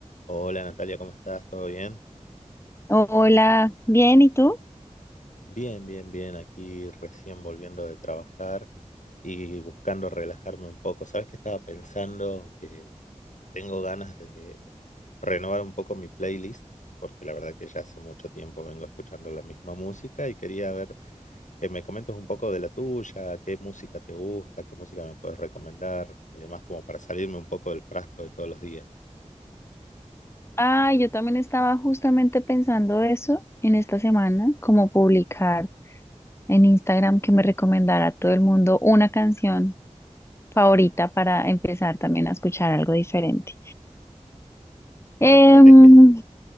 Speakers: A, on the left; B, on the left.
A: Hola Natalia, ¿cómo estás? ¿Todo bien?
B: Hola, bien, ¿y tú?
A: Bien, bien, bien. Aquí recién volviendo de trabajar y buscando relajarme un poco. ¿Sabes qué estaba pensando? Que tengo ganas de renovar un poco mi playlist, porque la verdad que ya hace mucho tiempo vengo escuchando la misma música y quería ver que me comentes un poco de la tuya, qué música te gusta, qué música me puedes recomendar y demás, como para salirme un poco del frasco de todos los días.
B: Ah, yo también estaba justamente pensando eso en esta semana, como publicar en Instagram que me recomendara a todo el mundo una canción favorita para empezar también a escuchar algo diferente.
A: Buena
B: Em,
A: estrategia esa.